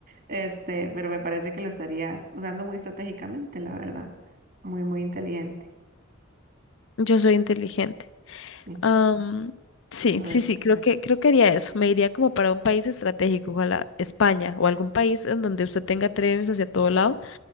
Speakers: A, on the right; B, on the left.
A: Este, pero me parece que lo estaría usando muy estratégicamente, la verdad. Muy, muy inteligente.
B: Yo soy inteligente.
A: Sí,
B: Am, sí,
A: lo
B: sí,
A: eres.
B: sí, creo que, creo que haría eso. Me iría como para un país estratégico, ojalá España o algún país en donde usted tenga trenes hacia todo lado